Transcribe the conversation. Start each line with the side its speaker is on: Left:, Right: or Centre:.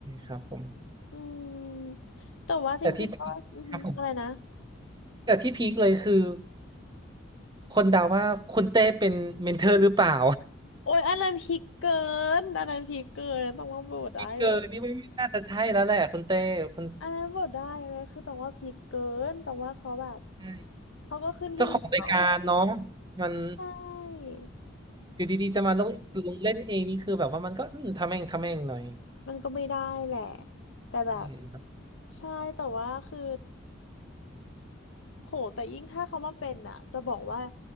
Right: ครับผม
Left: อืมแต่ว่าจริงๆก็อือหืออะไรนะ
Right: แต่ที่ครับผม แต่ที่พีคเลยคือคนเดาว่าคุณเต้เป็นเมนเทอร์หรือเปล่า
Left: โอ้ยอันนั้นพีคเกินอันนั้นพีคเกินอันนั้นต้องว่าโบทได้
Right: <laughs> พีคเกอร์นี่ไม่ไม่น่าจะใช่แล้วแหละคุณเต้คุณ
Left: อันนั้นโบทได้อันนั้นคือต้องว่าพีคเกินต้องว่าเขาแบบ
Right: ใช่
Left: เขาก็ขึ้นหิ้งของเขาอะ
Right: เจ้าของรายการเนาะมัน
Left: ใช่
Right: อยู่ดีๆจะมาลงลงเล่นเองนี่คือแบบว่ามันก็อืมทำแม่งทำแม่งหน่อย
Left: มันก็ไม่ได้แหละ แต่แบบ
Right: ใช่ครับ
Left: ใช่แต่ว่าคือโหแต่ยิ่งถ้าเขามาเป็นอ่ะ จะบอกว่า